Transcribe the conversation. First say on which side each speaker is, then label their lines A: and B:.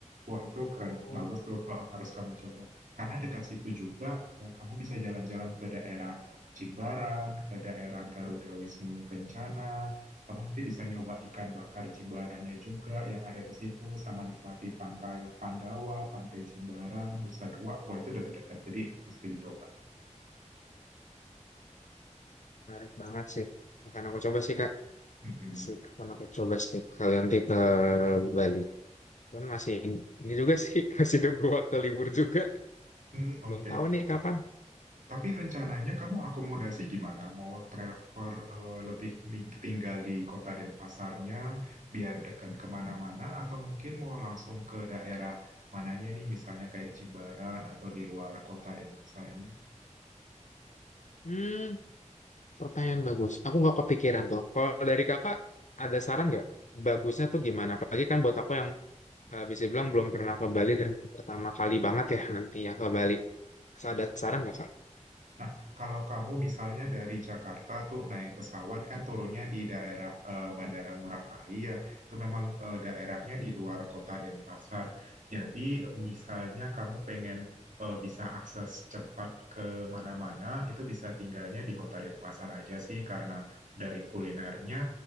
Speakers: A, on the right; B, on the left.
A: wah itu keren
B: Hmm.
A: bagus tuh eh, harus kamu coba karena dekat situ juga eh, kamu bisa jalan-jalan ke daerah Jimbaran ke daerah Garuda Wisnu Kencana kamu nanti bisa nyoba ikan bakar Jimbarannya juga yang ada di situ sama nikmati pantai Pandawa Pantai Jimbaran Nusa Dua wah itu dekat-dekat jadi mesti dicoba
B: Menarik banget sih. Akan aku coba sih Kak.
A: Mm-mm.
B: Si- Akan aku coba sih kalau nanti ke Bali. Dan masih ini juga sih <laughs> masih nunggu waktu libur juga.
A: Hmm, oke.
B: Belum tahu nih kapan.
A: Tapi rencananya kamu akomodasi gimana? Mau prefer eh, lebih ni- tinggal di kota Denpasarnya biar dekat kemana-mana atau mungkin mau langsung ke daerah mananya nih misalnya kayak Jimbaran atau di luar kota Denpasarnya?
B: Hmm, pertanyaan bagus. Aku nggak kepikiran tuh. Kalau dari kakak ada saran nggak? Bagusnya tuh gimana? Apalagi kan buat aku yang eh, bisa bilang belum pernah ke Bali dan pertama kali banget ya nanti ya ke Bali. Ada saran nggak
A: Nah, kalau kamu misalnya dari Jakarta tuh naik pesawat kan turunnya di daerah eh, Bandara Ngurah Rai ya, itu memang eh, daerahnya
B: Kak?
A: di luar kota Denpasar. Jadi misalnya kamu pengen eh, bisa akses cepat ke mana-mana, itu bisa tinggalnya di kota Denpasar aja sih karena dari kulinernya,